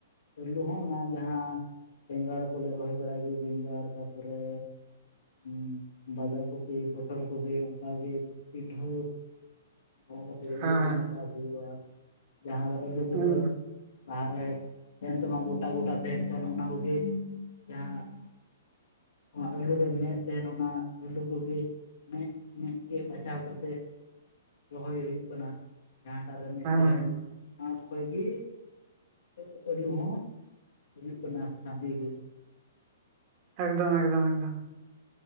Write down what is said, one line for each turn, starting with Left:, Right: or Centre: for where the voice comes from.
Left: ᱟᱹᱞᱩ ᱦᱚᱸ ᱚᱱᱟ ᱡᱟᱦᱟᱸ ᱵᱮᱸᱜᱟᱲ ᱠᱚᱞᱮ ᱨᱚᱦᱚᱭ ᱵᱟᱲᱟᱭ ᱜᱮ, ᱵᱮᱸᱜᱟᱲ ᱛᱟ ᱯᱚᱨᱮ ᱩᱸ ᱵᱟᱫᱟ ᱠᱚᱯᱤ, ᱯᱚᱴᱚᱢ ᱠᱚᱯᱤ ᱚᱝᱠᱟ ᱜᱮ᱾ ᱯᱤᱰᱷᱟᱹ ᱵᱟᱲᱟ ᱠᱟᱛᱮ ᱜᱮ
Right: ᱦᱮᱸ
Left: ᱟᱹᱞᱩ ᱠᱚᱦᱚᱸ ᱪᱟᱥ ᱦᱩᱭᱩᱜᱼᱟ᱾ ᱡᱟᱦᱟᱸ ᱫᱚ ᱯᱟᱹᱞᱩ ᱠᱚ
Right: ᱦᱮᱸ
Left: ᱫᱚ ᱞᱟᱦᱟ ᱨᱮ ᱛᱮᱱ ᱛᱮᱢᱟ ᱩᱸ ᱜᱚᱴᱟ-ᱜᱚᱴᱟ ᱛᱮᱱ ᱠᱟᱱᱚᱜ ᱚᱱᱟ ᱠᱚᱜᱮ ᱡᱟᱦᱟᱸ ᱚᱱᱟ ᱟᱹᱞᱩ ᱨᱮ ᱢᱮᱜ ᱛᱮᱦᱮᱱ, ᱚᱱᱟ ᱟᱹᱞᱩ ᱠᱚᱜᱮ ᱢᱮᱜ-ᱢᱮᱜ ᱜᱮ ᱵᱟᱪᱷᱟᱣ ᱠᱟᱛᱮᱜ ᱨᱚᱦᱚᱭ ᱦᱩᱭᱩᱜ ᱠᱟᱱᱟ, ᱡᱟᱦᱟᱸᱴᱟᱜ ᱨᱮ ᱢᱮᱜ ᱛᱮᱦᱮᱱ
Right: ᱦᱮᱸ
Left: ᱢᱟ᱾ ᱚᱱᱟ ᱠᱷᱚᱡ ᱜᱮ ᱟᱹᱜ ᱟᱹᱞᱩ ᱦᱚᱸ ᱦᱩᱭᱩᱜ ᱠᱟᱱᱟ ᱥᱟᱸᱜᱮ ᱜᱮ᱾
Right: ᱮᱠᱫᱚᱢ, ᱮᱠᱫᱚᱢ, ᱮᱠᱫᱚᱢ᱾